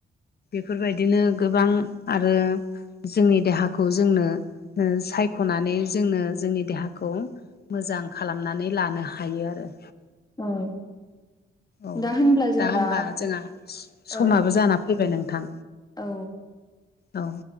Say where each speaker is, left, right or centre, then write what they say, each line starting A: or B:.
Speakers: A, on the left; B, on the left.
A: बेफोरबायदिनो गोबां आरो जोंनि देहाखौ जोंनो सायख'नानै जोंनो जोंनि देहाखौ मोजां खालामनानै लानो हायो आरो
B: औ
A: औ
B: दा होनब्ला जोंना
A: दा होमबा जोंहा
B: औ
A: समाबो जाना फैबाय नोंथां
B: औ
A: औ